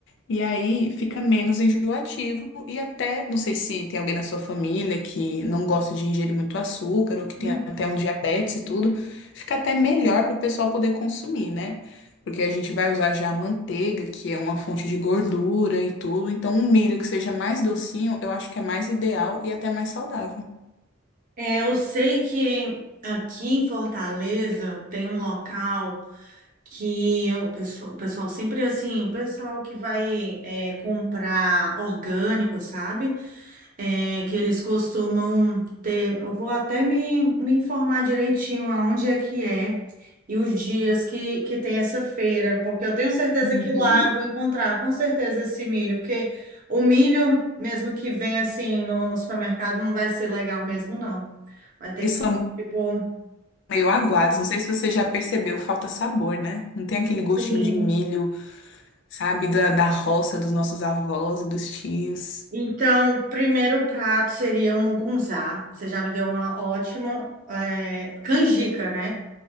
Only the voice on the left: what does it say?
E aí fica menos enjoativo e até, não sei se tem alguém na sua família que não gosta de ingerir muito açúcar ou que tem
até um diabetes e tudo, fica até melhor para o pessoal poder consumir, né? Porque a gente vai usar já a manteiga, que é uma fonte de gordura e tudo, então um milho que seja mais docinho, eu acho que é mais ideal e até mais saudável.
Uhum.
Eles
são
meio aguados, não sei se você já percebeu, falta sabor, né? Não tem aquele gostinho
de milho sabe? Da, da roça dos nossos avós e dos tios.